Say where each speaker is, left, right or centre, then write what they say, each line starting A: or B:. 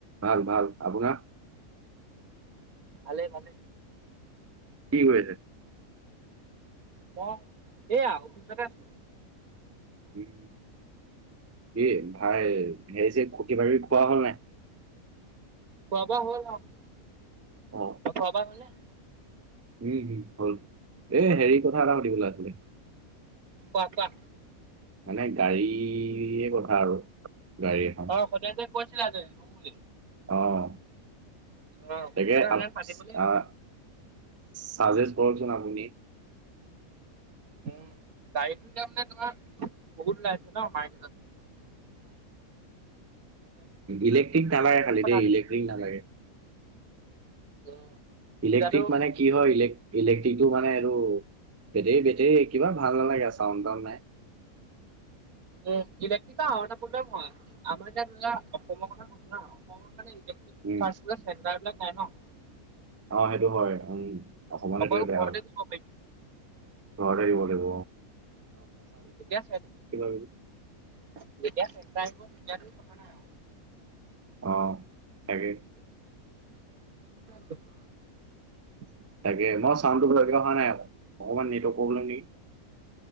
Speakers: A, on the right; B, on the right.
A: ভাল, ভাল, আপোনাৰ?
B: ভালে ভালে।
A: কি হৈ আছে?
B: মই এইয়া অফিচতে আছো।
A: উম। এ ভাই হেৰিছে খতি বাৰী খোৱা হ'ল নাই?
B: খোৱা বোৱা হ'ল অ' তোৰ
A: অ
B: খোৱা বোৱা হ'ল নে?
A: উম' হম' হল এ হেৰি কথা এটা সুধিবলৈ আছিলে।
B: কোৱা কোৱা।
A: মানে গাড়ীয়ে কথা আৰু গাড়ী এখন।
B: অ সদায় যে কৈছিলা যে ল'ম বুলি।
A: অহ
B: অ
A: তাকে
B: সদায়
A: আল
B: পাতিবলৈ
A: আ অ'। চাজেজ কৰকচোন আপুনি
B: উম গাড়ীটো যামে তোমাৰ বহুত ওলাই আছে ন মাম
A: ইলেক্ট্ৰিক নালাগে খালি দেই
B: <unintelligible>
A: ইলেক্ট্ৰিক নালাগে
B: উম,
A: ইলেক্ট্ৰিক
B: এতিয়াতো
A: মানে কি হয় ইলেক- ইলেক সিটো মানে আৰু বেটেৰী- বেটেৰী কিবা ভাল নালাগে চাউণ্ড তাউণ্ড নাই।
B: উম, ইলেক্ট্ৰিকা আৰু এটা প্ৰব্লেম হয় আমাৰ এতিয়া ধৰা অসমৰ কথা সোধো না অসম মানে ইলেক্ট্ৰিক
A: উম
B: <unintelligible> চেণ্টাৰ বিলাক নাই ন'
A: অ, সেইটো হয় উম, অসমত
B: অকল
A: হেতুই বেয়া
B: ঘৰতে
A: হয়
B: দিব পাৰি
A: ঘৰতে দিব দিব
B: এতিয়া চেন
A: কিবি
B: <inaudible> যেতিয়া চেণ্টাৰ <unintelligible> এতিয়াতো কথা নাই আৰু
A: অ তাকে
B: <unintelligible> <unintelligible>
A: তাকে ম, চাউণ্ডটো ভালকে অহা নাই আকৌ অকমান নেটৱৰ্ক প্ৰব্লেম নেকি?